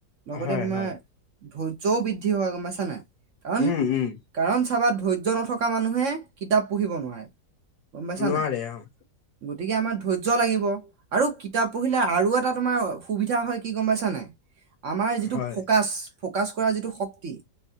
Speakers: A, on the right (about 55°); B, on the left (about 70°).
A: লগতে
B: হয়,
A: তোমাৰ
B: হয়।
A: ধৈৰ্যও বৃদ্ধি হয় গম পাইছানে নাই! কাৰণ
B: উম, উম,
A: কাৰণ, চাবাত ধৈৰ্য্য নথকা মানুহে কিতাপ পঢ়িব নোৱাৰে গম পাইছানে
B: নোৱাৰে
A: নাই?
B: অ',
A: গতিকে আমাৰ ধৈৰ্য লাগিব। আৰু কিতাপ পঢ়িলে আৰু এটা তোমাৰ সুবিধা হয় কি গ'ম পাইছা নে নাই? আমাৰ যিটো
B: হয়,
A: ফকাছ ফকাছ কৰা যিটো শক্তি